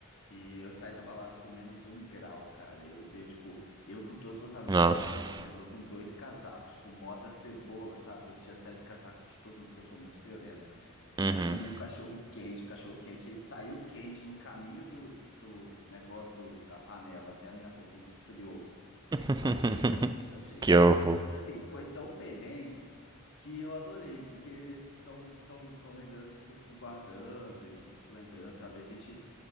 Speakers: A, on the left (about 60°); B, on the right (about 20°).
A: E eu saí da balada com menos um grau, cara. Eu, eu, tipo, eu com todos os meus amigos,
B: Nossa.
A: a gente morrendo. Eu com dois casacos, tipo, moda cebola, sabe? Eu tinha saído casaco de todo mundo, porque eu sou muito friorento.
B: Uhum.
A: Aí eu comi o cachorro quente, o cachorro quente, aí saiu quente no caminho do, do negócio do- da panela até a minha boca, ele esfriou
B: <laughs>
A: absurdamente, eu achei.
B: Que horror.
A: Mas assim, foi tão perrengue que eu adorei, porque são, são, são lembranças que eu fico guardando, e tipo, eu fico lembrando, sabe? A gente